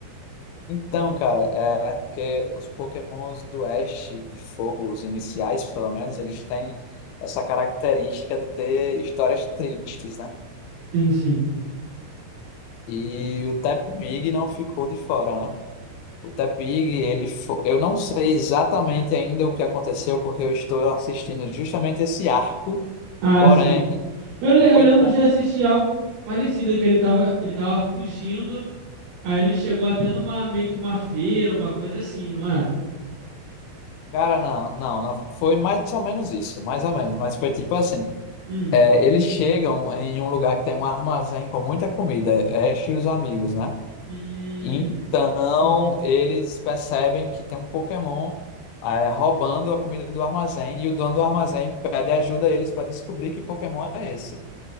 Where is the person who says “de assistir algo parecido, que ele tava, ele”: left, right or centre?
Right